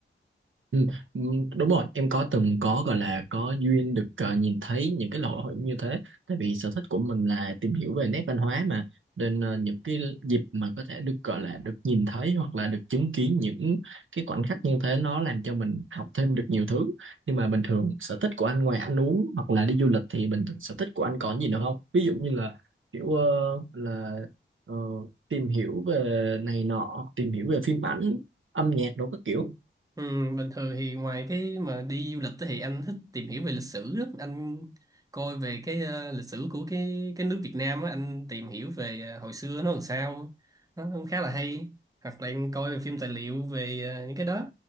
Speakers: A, on the right (about 75°); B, on the right (about 15°).
A: Ừ, ừ, đúng rồi em có từng có gọi là có duyên được ờ, nhìn thấy những cái lễ hội như thế tại vì sở thích của mình là tìm hiểu về nét văn hóa mà nên ờ, những cái dịp mà có thể được gọi là được nhìn thấy hoặc là được chứng kiến những cái khoảnh khắc như thế nó làm cho mình học thêm được nhiều thứ nhưng mà bình thường sở thích của anh ngoài ăn uống hoặc là đi du lịch thì bình thường sở thích của anh có gì nữa không ví dụ như là kiểu ờ, là ờ, tìm hiểu về này nọ tìm hiểu về phim ảnh âm nhạc đồ các kiểu
B: Ừ, bình thường thì ngoài cái mà đi du lịch thì anh thích tìm hiểu về lịch sử đó. Anh coi về cái ờ, lịch sử của cái cái nước Việt Nam á, anh tìm hiểu về ờ, hồi xưa nó làm sao. Nó cũng khá là hay. Hoặc là em coi phim tài liệu về ờ, những cái đó.